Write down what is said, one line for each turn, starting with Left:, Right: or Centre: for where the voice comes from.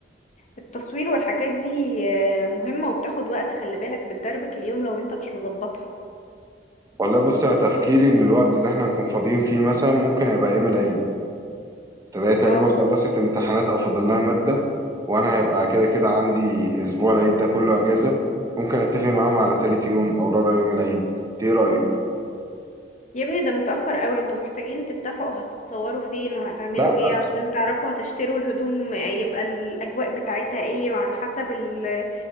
Left: التصوير والحاجات دي آه، مهمة وبتاخد وقت خلي بالك بتدربك اليوم لو انت مش مظبطها
Right: والله بص أنا تفكيري إن الوقت اللي إحنا نكون فاضيين فيه مثلا ممكن يبقى يوم العيد فهي تقريبا
Left: اه
Right: خلصت امتحانات او فاضل لها ماده وانا هيبقى كده كده عندي اسبوع العيد ده كله اجازه ممكن اتفق معاهم على تالت يوم او رابع يوم العيد انت ايه رايك
Left: يا ابني ده متأخر قوي انتوا محتاجين تتفقوا هتتصوروا فين وهتعملوا
Right: لا
Left: ايه عشان تعرفوا هتشتروا الهدوم يبقى الأجواء بتاعتها ايه وعلى حسب ال-